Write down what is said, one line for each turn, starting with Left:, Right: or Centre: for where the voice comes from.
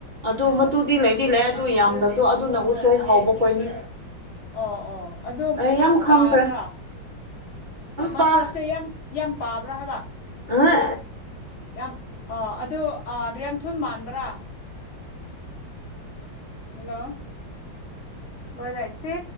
Right: ꯑꯗꯨ
Left: ꯑꯥ
Right: ꯃꯇꯨꯗꯤ ꯂꯩꯗꯤ ꯂꯩ ꯑꯗꯨ ꯌꯥꯝꯗꯕ ꯑꯗꯣ ꯑꯗꯨꯅ ꯎꯁꯣꯏ ꯍꯥꯎꯕ ꯈꯣꯏꯅꯤ꯫
Left: ꯑꯣ ꯑꯣ ꯑꯗꯨ
Right: ꯑꯩ
Left: ꯌꯥꯝ
Right: ꯈꯪꯈ꯭ꯔꯦ
Left: ꯄꯥꯕ꯭ꯔꯥ ꯃꯁꯥꯛꯁꯤ
Right: ꯄꯥ
Left: ꯌꯥꯝ ꯌꯥꯝ ꯄꯥꯕ꯭ꯔꯥ ꯍꯥꯏꯕ
Right: ꯑꯥꯑ
Left: ꯌꯥꯝ ꯑ ꯑꯗꯨ ꯔꯦꯝ ꯊꯨꯟ ꯃꯥꯟꯕ꯭ꯔꯥ ꯍꯜꯂꯣ ꯂꯣꯏꯗꯥꯥꯏꯁꯤ꯫